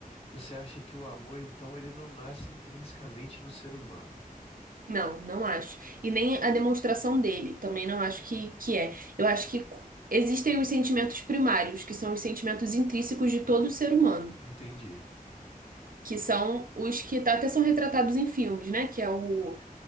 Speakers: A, on the left; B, on the right.
A: Você acha que o amor, então, ele não nasce intrinsecamente no ser humano?
B: Não, não acho. E nem a demonstração dele, também não acho que, que é. Eu acho que cu- existem os sentimentos primários, que são os sentimentos intrínsecos de todo ser humano,
A: Entendi.
B: que são os que tá- até são retratados em filmes, né? Que é o,